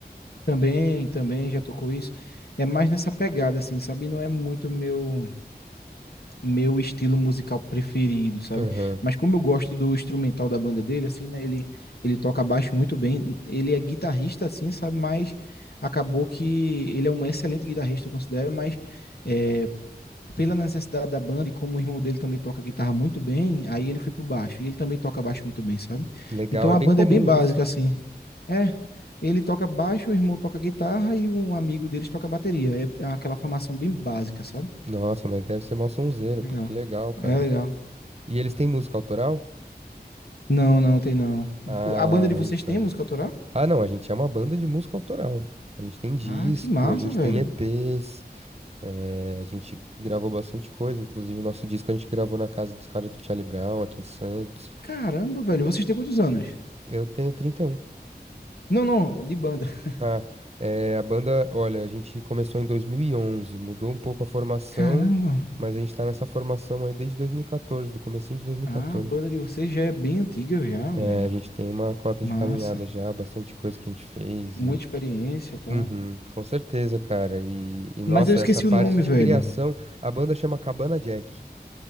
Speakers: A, on the left; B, on the right.
A: também, também já tocou isso. É mais nessa pegada, assim, sabe? Não é muito meu meu estilo musical preferido, sabe?
B: Aham.
A: Mas como eu gosto do instrumental da banda dele, assim, né? Ele, ele toca baixo muito bem. Ele é guitarrista, assim, sabe? Mas acabou que ele é um excelente guitarrista, eu considero, mas é, pela necessidade da banda e como o irmão dele também toca guitarra muito bem, aí ele foi pro baixo. E ele também toca baixo muito bem, sabe?
B: Legal,
A: Então
B: é
A: a
B: bem
A: banda
B: comum
A: é bem básica,
B: isso.
A: assim. É. Ele toca baixo, o irmão toca guitarra e um amigo deles toca bateria. É é aquela formação bem básica, sabe?
B: Nossa, mas deve ser mó sonzeira,
A: Legal.
B: pô, que legal, cara.
A: É legal.
B: E eles têm música autoral?
A: Não, não tem não.
B: Ah,
A: O- A banda de vocês
B: então.
A: tem música autoral?
B: Ah, não, a gente é uma banda de música autoral. A gente tem disco,
A: Ah, que massa,
B: a gente
A: velho.
B: tem EPs, eh, a gente gravou bastante coisa, inclusive o nosso disco a gente gravou na casa dos caras do Charlie Brown, aqui em Santos.
A: Caramba, velho, vocês têm quantos anos?
B: Eu tenho 31.
A: Não, não, de banda. <laughs>
B: Ah, é, a banda, olha, a gente começou em 2011, mudou um pouco a formação,
A: Caramba.
B: mas a gente tá nessa formação aí desde 2014, do comecinho de 2014.
A: Ah, a banda de vocês já é bem antiga já,
B: É,
A: velho.
B: a gente tem uma cota
A: Massa.
B: de caminhada já, bastante coisa que a gente fez
A: Muita
B: e...
A: experiência e tal.
B: Uhum, com certeza, cara. E, e, nossa,
A: Mas eu esqueci
B: essa parte
A: o nome, velho.
B: de criação, a banda chama Cabana Jack.